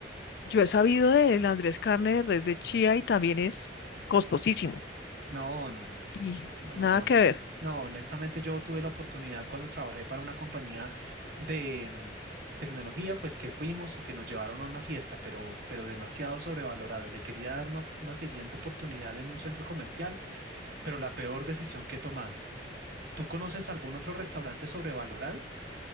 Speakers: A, on the left (about 60°); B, on the right (about 60°).
A: yo he sabido del Andrés carne de res de chía y también es costosísimo.
B: No, no, no, no,
A: Y
B: no, no,
A: nada
B: Moni.
A: que ver.
B: No, honestamente yo tuve la oportunidad cuando trabajé para una compañía de mm, tecnología, pues que fuimos y que nos llevaron a una fiesta, pero, pero demasiado sobrevalorado. Le quería dar una, una siguiente oportunidad en un centro comercial, pero la peor decisión que he tomado. ¿Tú conoces algún otro restaurante sobrevalorado?